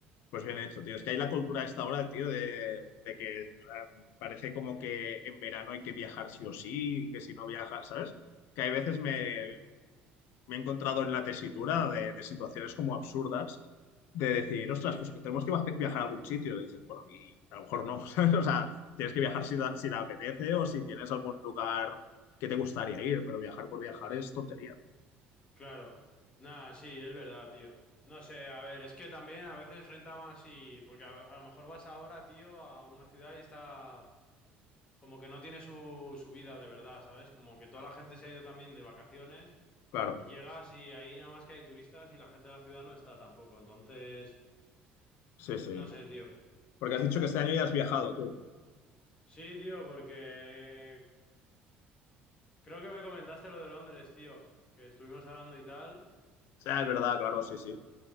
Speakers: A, on the left (about 65°); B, on the left (about 25°).
A: Pues bien hecho, tío. Es que hay la cultura a esta hora, tío, de, de que em, parece como que en verano hay que viajar sí o sí, que si no viajas, ¿sabes? Que hay veces me, me he encontrado en la tesitura de, de situaciones como absurdas de decir, ostras,
B: Sí,
A: pues que tenemos que baje- viajar a algún sitio. Y dices, bueno, y a lo mejor no, <laughs> ¿sabes? O sea, tienes que viajar si, da- si te apetece o si tienes algún lugar que te gustaría ir, pero viajar por viajar es tontería.
B: claro. Nada, sí, es verdad, tío. No sé, a ver, es que también a veces renta más ir, porque a, a lo mejor vas ahora, tío, a una ciudad y está como que no tiene su, su vida de verdad, ¿sabes? Como que toda
A: Claro,
B: la gente se ha ido también de vacaciones
A: claro,
B: y llegas y ahí nada más que hay turistas y la gente de la ciudad no está tampoco. Entonces,
A: sí, sí.
B: no sé, tío.
A: Porque has dicho que este año ya has viajado tú.
B: Sí, tío, porque Creo que me comentaste lo de Londres, tío, que estuvimos hablando y tal.
A: Ah, es verdad, claro, sí, sí.